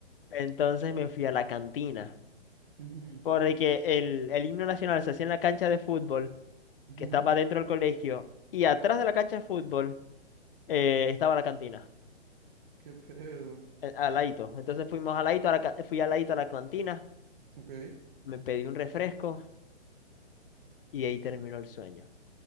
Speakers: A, on the left (about 55°); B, on the right (about 45°).
A: entonces me fui a la cantina.
B: ujú, ujú,
A: Porque el, el himno nacional se hacía en la cancha de fútbol,
B: ujú.
A: que estaba dentro del colegio, y atrás de la cancha de fútbol eh, estaba la cantina.
B: ¿Qué pedo?
A: eh, a Laito. Entonces fuimos a Laito, a la ca- fui a Laito a la cantina,
B: Ok.
A: me pedí un refresco y ahí terminó el sueño.